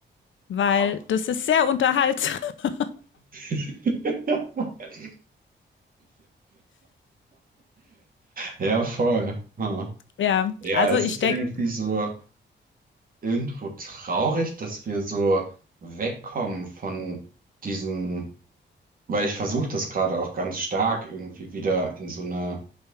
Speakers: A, on the left; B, on the right.
A: weil
B: Hammer.
A: das ist sehr unterhaltsam. <laughs>
B: <laughs> Ja, voll. Ha.
A: Ja,
B: Ja,
A: also
B: es
A: ich
B: ist
A: denke,
B: irgendwie so irgendwo traurig, dass wir so wegkommen von diesem, weil ich versuche das gerade auch ganz stark irgendwie wieder in so eine